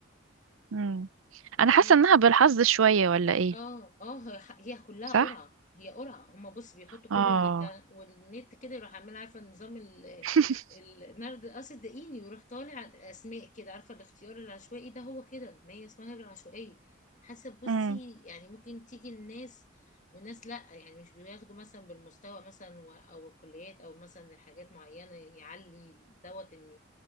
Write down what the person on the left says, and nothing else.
لانه
اه
اه اه هي هي كلها
قرعة هي قرعة هما بص بيحطوا
كل اللي تا... والنت كده يروح عامل عارفة نظام ال...
النرد الأسد الدقيقي ويروح طالع أسماء كده عارفة الاختيار العشوائي ده هو كده ما هي اسمها هجرة عشوائية حسب بصي
يعني ممكن تيجي الناس والناس لأ يعني مش بياخدوا مثلا بالمستوى مثلا و- أو الكليات أو مثلا حاجات معينة يعلي دوت إن